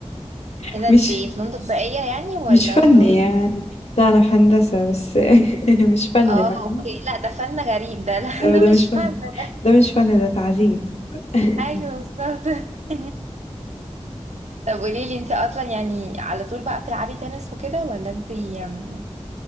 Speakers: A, on the left; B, on the right.
A: <laughs>
B: اذا
A: مش
B: انتي فنون تطبيقيه يعني ولا
A: مش فن
B: فنون
A: يعني لا انا في هندسة بس <laughs> مش فن
B: اه
A: فاهم
B: اوكي لا ده فن غريب ده <laughs> لا
A: ده
B: ده
A: ده مش
B: مش
A: فن
B: فن ده
A: ده مش فن ده تعذيب <laughs>
B: ايوه بالظبط <laughs> طب قولي لي انتي اصلا يعني على طول بقى بتلعبي تنس وكده ولا انتي آم،